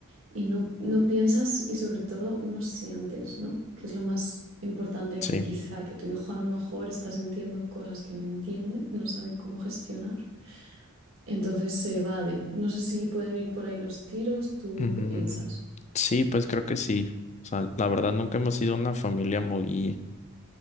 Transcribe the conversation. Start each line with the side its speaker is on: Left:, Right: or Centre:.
Right: y no, no piensas y sobre todo no sientes, ¿no? Que es lo más importante aquí
Left: Sí.
Right: quizá, que tu hijo a lo mejor está sintiendo cosas que no entiende, no sabe cómo gestionar, entonces se evade. No sé si pueden ir por ahí los tiros, ¿tú
Left: Mm,
Right: qué piensas?
Left: sí, pues creo que sí. O sea, la verdad nunca hemos sido una familia muy